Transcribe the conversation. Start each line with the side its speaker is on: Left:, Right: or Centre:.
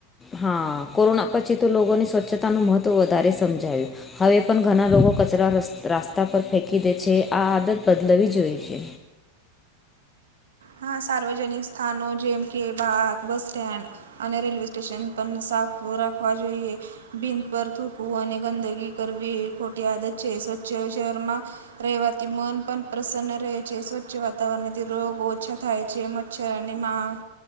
Left: હા, કોરોના પછી તો લોકોની સ્વચ્છતાનું મહત્ત્વ વધારે સમજાયું. હવે પણ ઘણાં લોકો કચરા રસ્ રાસ્તા પર ફેંકી દે છે આ આદત બદલવી જોઈશે.
Right: હા સાર્વજનિક સ્થાનો જેમ કે બાગ, બસ સ્ટેન્ડ અને રેલવે સ્ટેશન પણ સાફ રાખવા જોઈએ. બિંદ પર થૂકવું અને ગંદગી કરવી ખોટી આદત છે સ્વચ્છ શહેરમાં રહેવાથી મન પણ પ્રસન્ન રહે છે સ્વચ્છ વાતાવરણથી રોગ ઓ છો થાય છે મચ્છર અને માખ